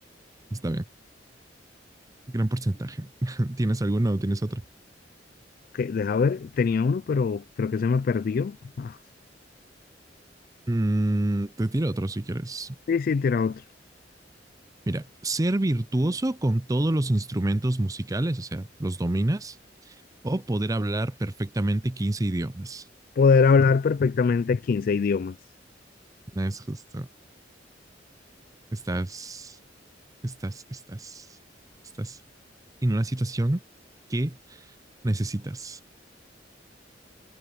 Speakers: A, on the right; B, on the left.
A: Está bien. Gran porcentaje. <laughs> ¿Tienes alguno o tienes otro?
B: Que, deja ver, tenía uno, pero creo que se me perdió. Ah,
A: Mm, te tiro otro si quieres.
B: sí, sí, tira otro.
A: Mira, ser virtuoso con todos los instrumentos musicales, o sea, los dominas, o poder hablar perfectamente 15 idiomas.
B: Poder hablar perfectamente quince idiomas.
A: No es justo. Estás, estás, estás, estás en una situación que necesitas.